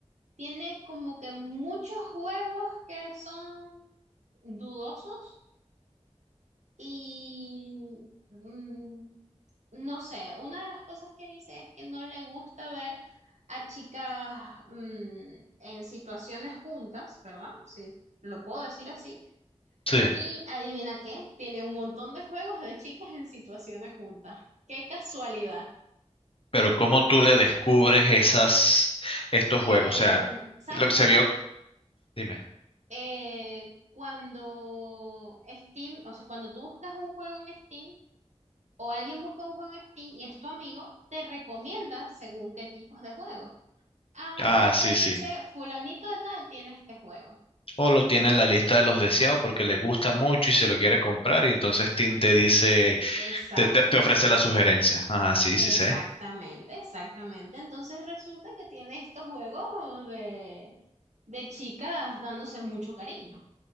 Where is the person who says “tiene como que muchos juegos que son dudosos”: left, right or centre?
Right